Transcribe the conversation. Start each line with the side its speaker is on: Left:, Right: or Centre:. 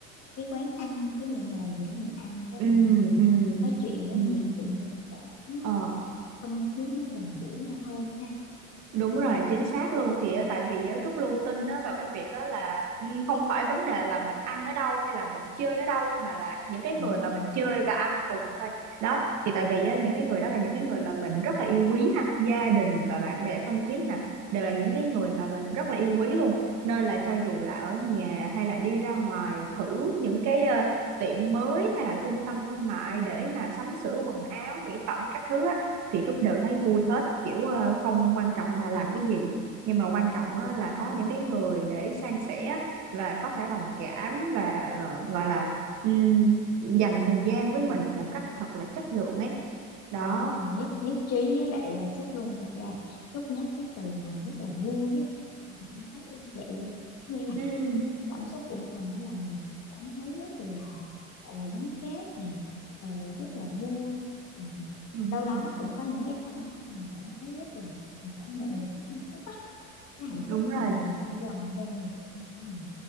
Left: cái quán ăn cái nhà hàng gì đó mình ăn cái
Right: ừ
Left: mình ngồi mình
Right: ừ
Left: nói chuyện với
Right: ừ
Left: nhau tự nhiên mình cảm thấy nó
Right: ờ
Left: không khí nó gần gũi nhau hơn ha
Right: Đúng rồi, chính xác luôn thì á, tại vì á, Trúc luôn tin á, vào cái việc á, là ừ, không phải vấn đề là mình ăn ở đâu hay là mình chơi ở đâu mà là những cái
Left: đúng
Right: người
Left: rồi
Right: mà mình chơi và ăn cùng thôi. Đó, thì tại vì á, những cái người đó là những cái người mà mình rất là yêu quý ha, gia đình và bạn bè thân thiết nè, đều là những cái người mà mình rất là yêu quý luôn. Nên là cho dù là ở nhà hay là đi ra ngoài thử những cái ờ, tiệm mới hay là trung tâm thương mại để mà sắm sửa quần áo, mỹ phẩm các thứ á, thì Trúc đều thấy vui hết kiểu ờ, không quan trọng là làm cái gì nhưng mà quan trọng
Left: đúng
Right: á, là
Left: rồi
Right: có những cái người để san sẻ và có thể đồng cảm và ờ, gọi là ừm, dành thời gian với mình một cách thật là chất lượng ấy đó
Left: đúng rồi nhất nhất trí với lại à, Trúc luôn thật ra Trúc nhắc cái từ mà rất là vui á thì Hạ cũng thấy y như vậy luôn có nghĩa là
Right: ừ
Left: cái cái cảm xúc của mình đó là mình cảm thấy rất là gọi là gắn kết nè ờ, rất là vui ừ.
Right: đúng
Left: đâu
Right: rồi
Left: đó cũng có những cái khoảnh khắc mình cảm thấy rất là mình cảm nhận được cái hạnh phúc á cái hạnh
Right: đúng
Left: phúc
Right: rồi
Left: khi mà mình ở gần bên người thân của mình